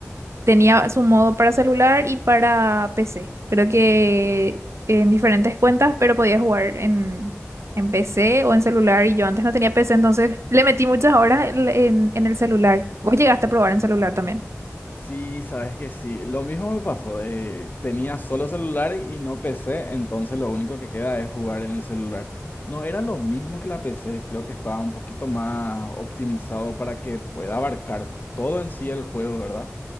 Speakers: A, on the right; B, on the left.
A: tenía su modo para celular y para PC. Creo que en diferentes cuentas, pero podía jugar en, en PC o en celular y yo antes no tenía PC, entonces le metí muchas horas en, en en el celular. ¿Vos llegaste a probar en celular también?
B: Sí, sabes que sí. Lo mismo me pasó. eh, tenía solo celular y no PC, entonces lo único que queda es jugar en el celular. No era lo mismo que la PC, creo que estaba un poquito más optimizado para que pueda abarcar todo en sí el juego, ¿verdad?